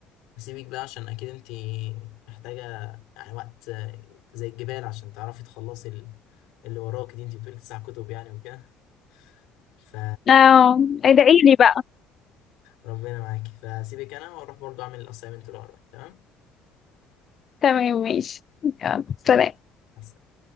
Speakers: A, on the left (about 80°); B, on the left (about 30°).
A: هسيبك بقى عشان اكيد انتي محتاجة يعني وقت آه، زي الجبال عشان تعرفي تخلصي ال- اللي وراكي دي انتي بتقولي تسع كتب يعني وكده ف
B: اه ادعيلي بقى
A: ربنا معاكي فسيبك انا واروح برضو اعمل الاسايمنت اللي ورايا تمام
B: تمام ماشي يلا سلام
A: مع